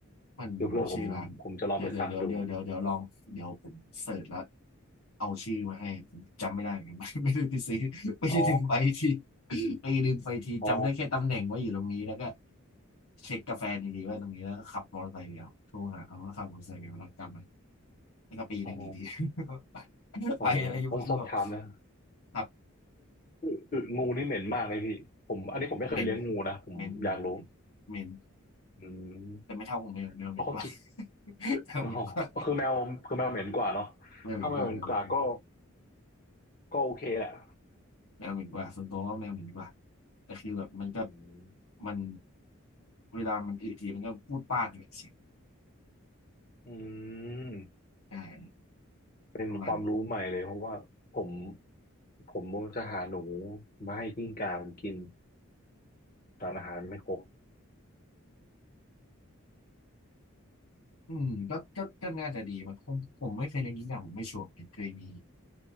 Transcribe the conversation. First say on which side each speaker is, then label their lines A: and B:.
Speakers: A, on the left; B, on the left.
A: มันชื่อร้านเดี๋ยวเดี๋ยวเดี๋ยวเดี๋ยวเดี๋ยวเดี๋ยวลองเดี๋ยวผมเสิร์ชแล้ว
B: เดี๋ยวเพื่อผมผมจะลองไปสั่งดู
A: เอาชื่อมาให้ผมจำไม่ได้เหมือนกัน <laughs> ไม่ไม่ได้ไปซื้อไปดึงไปที่
B: อ๋อ
A: ไปดึงไปทีจำได้แค่ตำแหน่งว่าอยู่ตรงนี้แล้วก็
B: อ๋อ
A: เช็คกาแฟนอีกทีว่าตรงนี้แล้วก็ขับมอเตอร์ไซค์ไปเดียวโทรหาเขาว่าขับมอเตอร์ไซค์ไปเอาแล้วกลับมาแล้วก็ปีหนึ่งอีกที
B: อ๋อ
A: <laughs>
B: โอ้ผมสอบถามนะ
A: ไปอะไรก็งงคือแบบครับ
B: อึอึงูนี่เหม็นมากเลยพี่ผมอันนี้ผมไม่เคยเลี้ยงงูนะผมอยากรู้
A: เหม็นเหม็นเหม็นเหม็นเหม็น
B: อืม
A: แต่ไม่เท่าของแมวแมวเหม็นกว่า
B: เพราะเขากิน
A: <laughs> แมวเหม็นกว่า
B: อ๋อก็คือแมวคือแมวเหม็นกว่าเนาะ
A: แมวเหม็นกว่าแมวเหม็นกว่า
B: ถ้าแมวเหม็นกว่าก็ ก็โอเคแหละ
A: แมวเหม็นกว่าส่วนตัวว่าแมวเหม็นกว่าแต่คือแบบมันก็
B: อืม
A: มันเวลามันอึทีมันก็พูดปาดอยู่แบบเสียง
B: อืม
A: อ่า
B: เป็นความรู้ใหม่เลยเพราะว่าผม
A: ประมาณนี้
B: ผมจะหาหนูมาให้กิ้งก่าผมกินสารอาหารไม่ครบ
A: อืมก็ก็ก็น่าจะดีมั้งผมผมไม่เคยเลี้ยงกิ้งก่าผมไม่ชัวร์ผมเคยมี